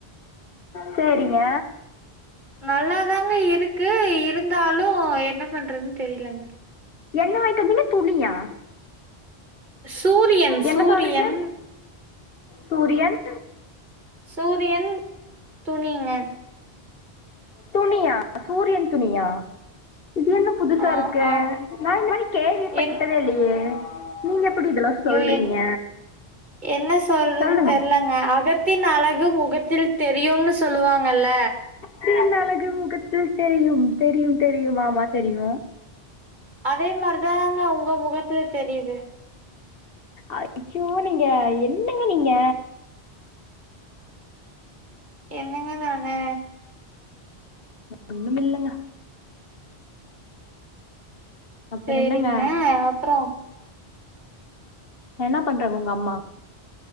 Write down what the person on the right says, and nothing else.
நல்லாதாங்க இருக்கு இருந்தாலு என்ன பண்றதுன் தெரிலங்க
சூரியன்
சூரியன்
சூரியன் துணிங்க
ஆ
ஆ
என்
ஐயோ என் என்ன சொல்றதுன்னு
தெர்லங்க அகத்தின் அழகு முகத்தில் தெரியும்னு சொல்லுவாங்கல்ல
அதே மாரிதாங்க உங்க முகத்துல தெரியுது
என்னங்க நானு
சேரிங்க
அப்றோ